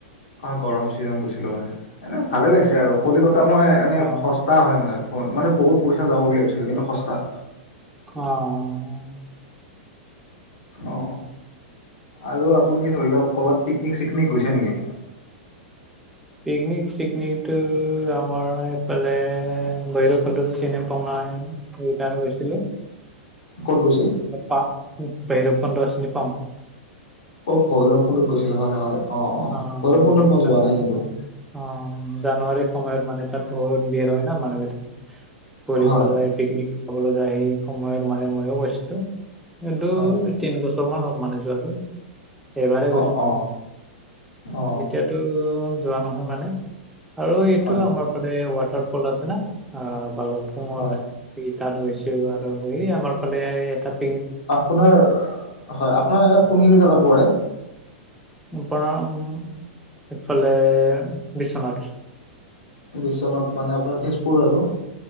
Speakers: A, on the left; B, in the centre.
A: অ গৰম ছিজন গৈছিলো হয়। এনে ভালে
B: উম
A: লাগিছে আৰু কলিকতা মই এনে
B: অ
A: সস্তা হয় মানে মানে বহুত পইচা যাব বুলি ভাবিছো। কিন্তু সস্তা-
B: অহ!
A: অ আৰু আপুনি ধৰি লওক ক'বাত পিকনিক চিকনিক গৈছে নেকি।
B: পিকনিক চিকনিকতটো আমাৰ এইফালে ভৈৰৱ কুণ্ড চিনে- তোমাৰ ৰিটাৰ্ণ গছিলো
A: ক'ত গৈছিল।
B: পা বেৰ পদ চিনি পাওঁ।
A: অ ভৈৰৱকুণ্ডত গৈছিলে হয় হয়
B: অ
A: ভৈৰৱকুণ্ডত মই
B: তালেকে
A: যোৱা নাই কিন্তু।
B: আও অ জানুৱাৰী সময়ত মানে তাত বহুত ভিৰ হয় ন মানুহকেইটা ফুৰিব
A: হয়
B: যায়। পিকনিক চাবলৈ যায় সেই সময়ত মানে ময়ো গৈছিলোঁ কিন্তু-
A: হয়
B: তিন বছৰ মান হ'ল মানে যোৱাটো এবাৰেই গৈছো
A: অ
B: মানে-
A: অ অ
B: এতিয়াতো যোৱা নহল মানে আৰু এইটো
A: হয়
B: আমাৰ ফালে ৱাটাৰ ফল আছে ন বায়ুপুঙত
A: হয়
B: ই তাত গৈছো আৰু এই আমাৰ ফালে এটাত-
A: আপোনাৰ হয় আপোনাৰ এয়া কোনখিনি জেগাত পৰে।
B: পৰা উম এইফালে বিশ্বনাথ
A: বিশ্বনাথ মানে আপোনাৰ তেজপুৰৰ আৰু